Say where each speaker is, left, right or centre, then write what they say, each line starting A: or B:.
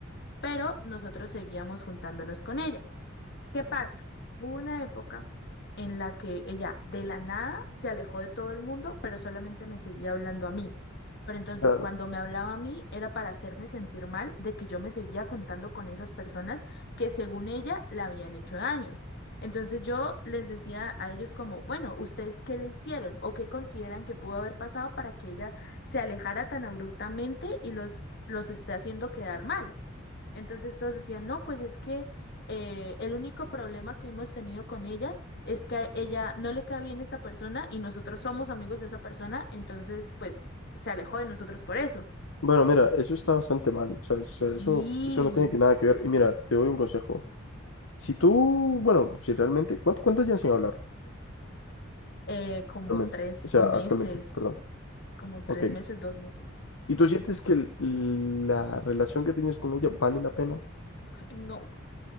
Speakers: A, on the left; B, on the left.
A: Pero nosotros seguíamos juntándonos con ella. ¿Qué pasa? Hubo una época en la que ella de la nada se alejó de todo el mundo, pero solamente me seguía hablando a mí. Pero entonces,
B: claro.
A: cuando me hablaba a mí, era para hacerme sentir mal de que yo me seguía juntando con esas personas que según ella le habían hecho daño. Entonces yo les decía a ellos como, bueno, ¿ustedes qué le hicieron o qué consideran que pudo haber pasado para que ella se alejara tan abruptamente y los, los esté haciendo quedar mal? Entonces todos decían, no, pues es que eh, el único problema que hemos tenido con ella es que a ella no le cae bien esta persona y nosotros somos amigos de esa persona, entonces pues se alejó de nosotros por eso.
B: Bueno, mira, eso está bastante mal. O sea, o sea,
A: Sí,
B: eso, eso no tiene que nada que ver. Y mira, te doy un consejo. Si tú, bueno, si realmente, ¿cuánto, cuánto llevan sin hablar?
A: eh, como
B: Actualmente,
A: tres
B: o sea,
A: meses,
B: actualmente, perdón.
A: como tres
B: Ok.
A: meses, dos meses.
B: ¿Y tú sientes que el- la relación que tienes con ella vale la pena?
A: Ay, No.